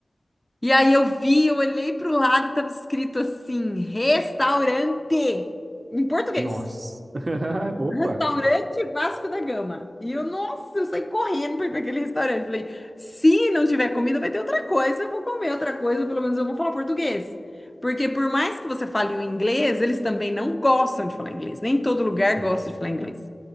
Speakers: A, on the left; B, on the right.
A: E aí eu vi, eu olhei para o lado e estava escrito assim, restaurante, em português.
B: Nossa. <laughs>
A: Restaurante
B: Opa.
A: Vasco da Gama. E eu, nossa, eu saí correndo para ir para aquele restaurante. Falei, se não tiver comida, vai ter outra coisa. Eu vou comer outra coisa, pelo menos eu vou falar português. Porque por mais que você fale o inglês, eles também não gostam de falar inglês. Nem todo lugar
B: Não.
A: gosta de falar inglês.